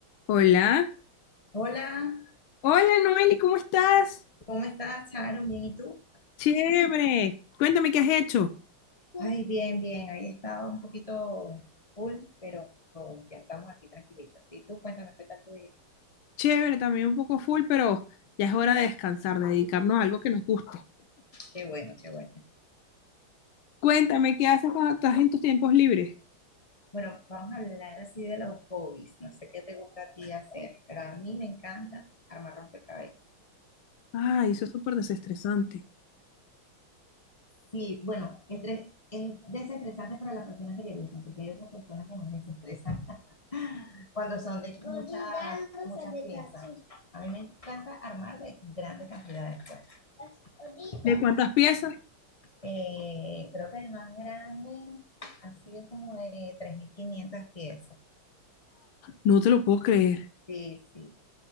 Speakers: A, on the left; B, on the left.
A: Hola.
B: Hola,
A: Hola, Noeli, ¿cómo estás?
B: ¿cómo estás, Sharon? Bien, ¿y tú?
A: Chévere. Cuéntame qué has hecho.
B: Ay, bien, bien. Ahí he estado un poquito full, pero ya estamos aquí tranquilitos. Y tú, cuéntame qué tal tu día.
A: Chévere, también un poco full, pero ya es hora de descansar, de dedicarnos a algo que nos guste.
B: Qué bueno, qué bueno.
A: Cuéntame qué haces cuando estás en tus tiempos libres.
B: Bueno, vamos a hablar así de los hobbies. No sé qué te gusta a ti hacer, pero a mí me encanta armar rompecabezas.
A: Ay, eso es súper desestresante.
B: Sí, bueno, estres- es desestresante para las personas que le gusta, porque hay otras personas que nos desestresan Cuando son de muchas, muchas piezas. A mí me encanta armar de grandes cantidades. Pues. Las horitas.
A: ¿De cuántas piezas?
B: Eh, creo que el más grande ha sido como de 3.500 piezas.
A: No te lo puedo creer.
B: Sí, sí.